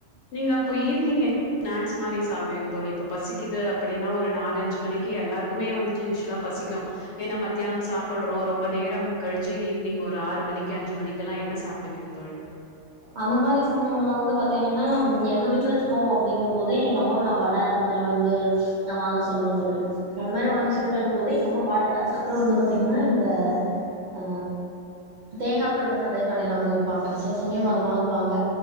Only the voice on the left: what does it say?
நீங்க அப்போ ஈவ்னிங் ஸ்நாக்ஸ் மாரி சாப்டுவிங்க தோழி இப்ப பசிக்குது அப்டின்னா ஒரு நாலஞ்சி மணிக்கு எல்லாருக்குமே வந்துட்டு யூஷுவலா பசிக்கு ஏனா மத்தியானம் சாப்புட்றோ ஒரு ரொம்ப நேரம் கழிச்சு ஈவினிங் ஒரு ஆறு மணிக்கு அஞ்சு மணிக்குலா என்ன சாப்டுவீங்க தோழி